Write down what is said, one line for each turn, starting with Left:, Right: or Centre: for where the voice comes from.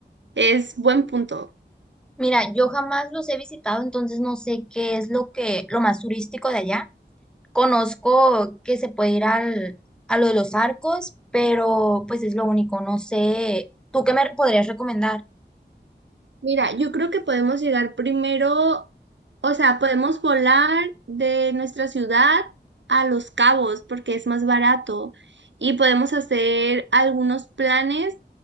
Right: es buen punto.
Centre: Mira, yo jamás los he visitado, entonces no sé qué es lo que, lo más turístico de allá. Conozco que se puede ir al, a lo de los arcos, pero pues es lo único, no sé. ¿Tú qué me podrías recomendar?
Right: Mira, yo creo que podemos llegar primero. O sea, podemos volar de nuestra ciudad a Los Cabos porque es más barato y podemos hacer algunos planes